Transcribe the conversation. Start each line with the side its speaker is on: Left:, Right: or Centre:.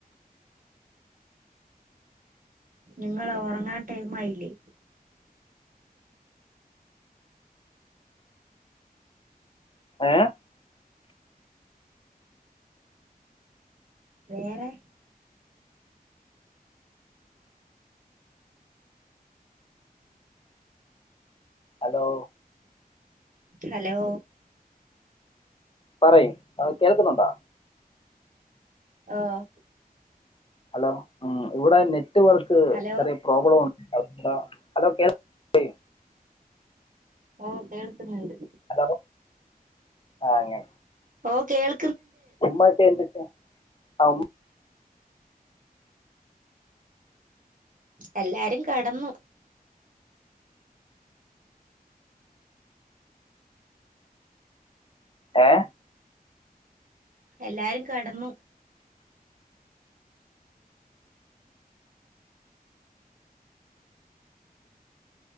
Right: നിങ്ങള് ഒറങ്ങാൻ ടൈംമായില്ലേ
Left: ഏഹ്
Right: വേറെ
Left: ഹലോ
Right: ഹലോ
Left: പറയ് കേൾക്കുന്നുണ്ടോ
Right: ആഹ്
Left: ഹലോ ഉം ഇവിടെ നെറ്റ് റ്റ്വർക്ക്
Right: ഹലോ
Left: ചെറിയ പ്രോബ്ലം ഉണ് ഹലോ കേൾക്കുന്നില്ലേ
Right: ഓഹ് കേൾക്ക്ന്ന്ണ്ട്
Left: ഹലോ ആഹ് അങ്ങ്
Right: ഓഹ് കേൾ
Left: ഉമ്മക്ക എന്ത്‌ക്കേ ആ ഉമ്മ
Right: എല്ലാരും ക്കെടന്നു
Left: ഏഹ്
Right: എല്ലാരും കെടന്നു